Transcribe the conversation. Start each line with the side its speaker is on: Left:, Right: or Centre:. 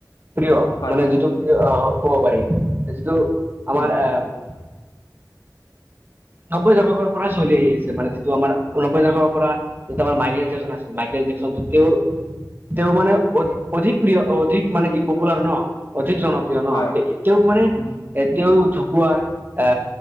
Right: প্ৰিয়
Left: হয়
Right: মানে
Left: হয়
Right: যিটো প্ৰিয় আ, ক'ব পাৰি যিটো আমাৰ
Left: উম
Right: এ নব্বৈ দশকৰ পৰা চলি আহি আছে, মানে যিটো আমাৰ নব্বৈ দশকৰ পৰা যিটো আমাৰ মাইকেল জেকচন আছিল মাইকেল জেকচনটো তেওঁৰ তেওঁ মানে অধিক প্ৰিয়, অধিক মানে কি পপুলাৰ ন অঠিক জনপ্ৰিয় ন'
Left: হয়
Right: তেওঁক মানে
Left: উম
Right: এ তেওঁ ঢুকুৱাৰ এ